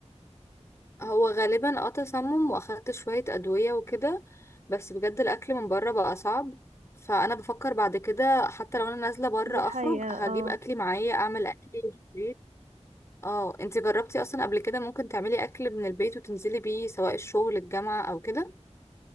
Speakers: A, on the left; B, on the right.
A: هو غالبا اه تسمم واخدت شوية ادوية وكده بس بجد الاكل من بره بقى صعب فانا بفكر بعد كده حتى لو انا نازلة بره
B: دي حقيقة
A: اخرج هجيب
B: اه
A: اكلي معايا اعمل اكلي في البيت اه انت جربتي اصلا قبل كده ممكن تعملي اكل من البيت وتنزلي بيه سواء الشغل الجامعة او كده